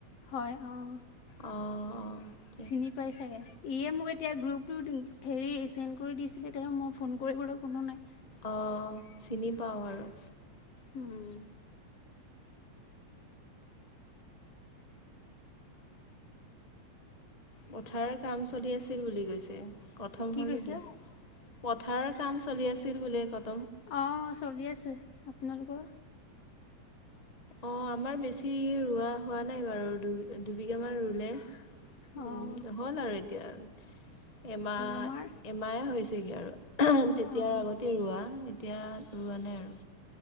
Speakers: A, on the left; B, on the left.
A: হয়, হয়।
B: অ', অ'।
A: চিনি পাই চাগে ইয়ে মোক এতিয়া গ্ৰুপটো হেৰি চেনড্ কৰি দিছিলে তেওঁ মোৰ ফোন কৰিবলৈ কোনো নাই।
B: অ', চিনি পাওঁ আৰু।
A: উম।
B: পথাৰ কাম চলি আছিল বুলি কৈছে কথম
A: কি
B: হ'ল
A: কৈছে
B: নেকি। পথাৰৰ কাম চলি আছিল বুলিয়ে কথা
A: অ', চলি আছে আপোনালোকৰ?
B: অ', আমাৰ বেছি ৰোৱা হোৱা নাই বাৰু দু দুবিঘামান ৰুলে।
A: অঁ
B: উম হ'ল আৰু এতিয়া এমাহ
A: আমাৰ
B: এমাহে হৈছেগে আৰু। তেতিয়াৰ
A: অঁ
B: আগতেই ৰোৱা এতিয়া ৰোৱা নাই আৰু